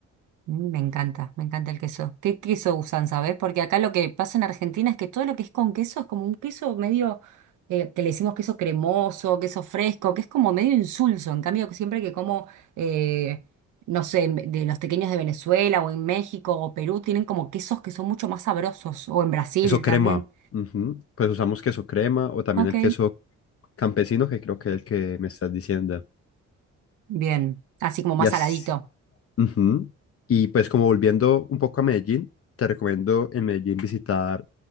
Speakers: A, on the right; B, on the left.
A: Mm, Me encanta, me encanta el queso. ¿Qué queso usan, sabes? Porque acá lo que pasa en Argentina es que todo lo que es con queso es como un queso medio, eh, que le decimos queso cremoso, queso fresco, que es como medio insulso. En cambio, siempre que como, eh, no sé, en- de los pequeños de Venezuela o en México o Perú, tienen como quesos que son mucho más sabrosos. O en Brasil
B: Queso crema.
A: también.
B: ujú, Pues usamos queso crema o también
A: Ok,
B: el queso campesino, que creo que es el que me estás diciendo.
A: bien. Así como más
B: Y así.
A: saladito.
B: ujú. Y pues como volviendo un poco a Medellín, te recomiendo en Medellín visitar